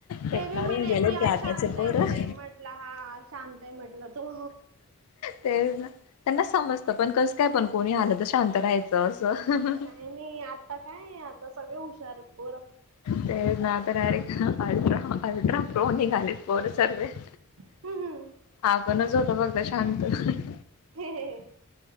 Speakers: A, on the left (about 80°); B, on the right (about 65°).
A: कंटाळून
B: ते बी म्हणे
A: गेले
B: कि हा
A: ते आताचे
B: शांत
A: पोरं.
B: आहे म्हणे म्हटलं हा शांत आहे म्हटलं तो
A: ते ना <unintelligible> त्यांना समजतं पण कसं काय पण कोणी आलं तर शांत राहायचं असं <unintelligible>
B: काय नाही आता काय आता सगळे हुशार बोर <unintelligible>
A: ते ना तरर अल्ट्रा अल्ट्रा प्रो नि घालीित पर सर्वे <unintelligible>
B: हम् हम <unintelligible>
A: आपणच होत फघत शांत <unintelligible>
B: ह ह <unintelligible>